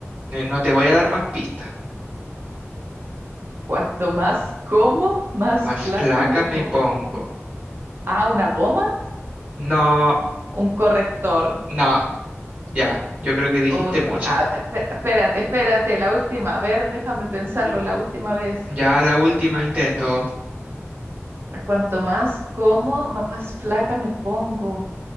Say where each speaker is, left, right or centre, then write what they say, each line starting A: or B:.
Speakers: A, on the right; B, on the right.
A: Eh, No te voy a dar más pistas.
B: Cuanto más como, más
A: Más
B: placa
A: flaca
B: me
A: me
B: pongo.
A: pongo.
B: Ah, una goma,
A: No,
B: un corrector,
A: no, ya, yo creo que dijiste
B: un...
A: muchas.
B: ah, espe- espérate, espérate, la última. A ver, déjame pensarlo la última vez.
A: Ya la última intento.
B: Cuanto más como, más flaca me pongo.